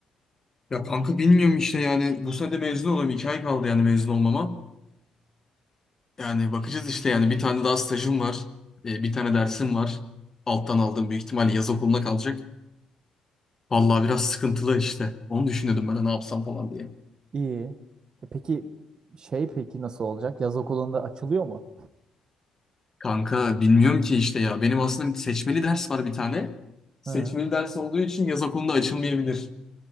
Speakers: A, on the left (about 25°); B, on the right (about 40°).
A: Ya kanka bilmiyorum işte yani bu sene de mezun oluyorum. İki ay kaldı yani mezun olmama. Yani bakacağız işte yani bir tane daha stajım var. E, bir tane dersim var. Alttan aldığım büyük ihtimalle yaz okuluna kalacak. Vallahi biraz sıkıntılı işte. Onu düşünüyordum ben de ne yapsam falan diye.
B: İyi. E peki şey peki nasıl olacak? Yaz okulunda açılıyor mu?
A: Kanka bilmiyorum ki işte ya. Benim aslında bir seçmeli ders var bir tane. Seçmeli
B: Hı.
A: ders olduğu için yaz okulunda açılmayabilir.